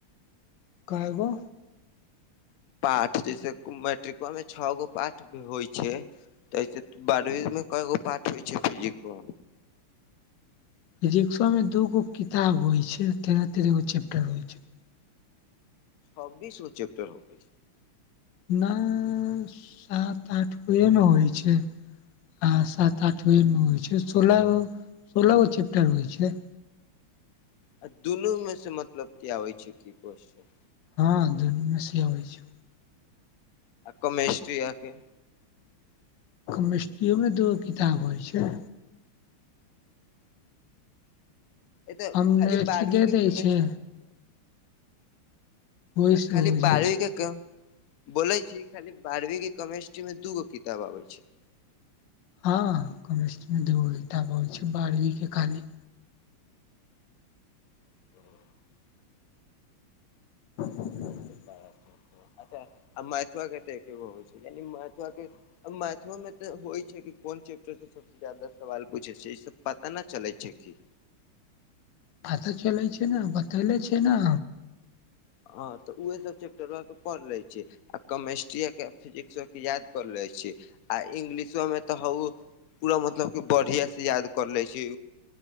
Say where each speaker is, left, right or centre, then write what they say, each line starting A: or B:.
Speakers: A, on the left; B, on the left.
A: कायगो।
B: पाठ जैसे मैट्रिकवा मे छ गो पाट होइ छै। त बारहवी मे के गो पाठ होइ छै फिजिक
A: फिजिक्सो में दूगो किताब होइ छै, तेरह-तेरहगो चैप्टर होय छै।
B: छबबीसगो चेप्टर होइछै।
A: नहि सात आठ गोए ये मे होइ छै। आ सात आठव मे होइ छै, सोलह गो सोलह गो चैप्टर होइ छै।
B: आ दुनू में से मतलब की आबै छै की क्वेश्चन।
A: हँ दुनु मे से अबै छै।
B: कोमेस्ट्रीया आ के।
A: कमिस्ट्रिओमे दूगो किताब होइ छै।
B: ए तऽ
A: हमने
B: खाली
A: अथि
B: बारहवीं
A: दे
B: के
A: दै
B: केमेस्ट्री
A: छै। ओहि
B: खा
A: से
B: खाली
A: हो जाइ
B: बारही
A: छै
B: के कहु। बोलै छी, खाली बारहवींके केमेिस्ट्रीमे दूगो किताब आबैत छै।
A: हँ, केमिस्ट्री मे दूगो किताब अबै छै बढ़वी के खाली।
B: ह <inaudible>
A: हँ ह ह
B: एक सौ
A: <inaudible>
B: अच्छा आ मैथवा के त केवो होइ छै यानि मेथवाके <unintelligible> मैथो मे तऽ होइ छै कि कोन चैप्टर के सबसे ज्यादा ज सवाल पूछै, छै ई सब पता न चलै छै कि?
A: पता चलै छै ने, बतेले छै ने।
B: हँ तऽ उहे सब चैप्टर ल के पढ़ ले छीयै। आ केमेस्ट्री के फिजिक्सो के याद कर ले छी, आ इंग्लिशोमे तऽ हउ पूरा मतलब क बढ़िया से याद कर ले छै,